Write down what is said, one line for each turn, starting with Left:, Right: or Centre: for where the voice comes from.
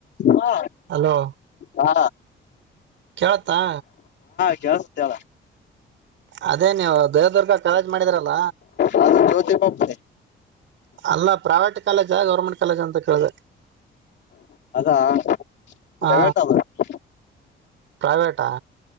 Left: ಹ
Right: ಹಲೋ
Left: ಹಾ
Right: ಕೇಳತ್ತಾ
Left: <unintelligible>
Right: ಅದೇ ನೀವು ದೇವದುರ್ಗ ಕಾಲೇಜ್ ಮಾಡಿದ್ರಲ್ಲ
Left: ಅದು ಜ್ಯೋತಿ ಬಾಪುಲೆ
Right: ಅಲ್ಲ ಪ್ರೈವೇಟ್ ಕಾಲೇಜ ಗೌರ್ಮೆಂಟ್ ಕಾಲೇಜ ಅಂತ ಕೇಳಿದೆ
Left: <unintelligible>
Right: ಹಾ ಪ್ರೈವೇಟಾ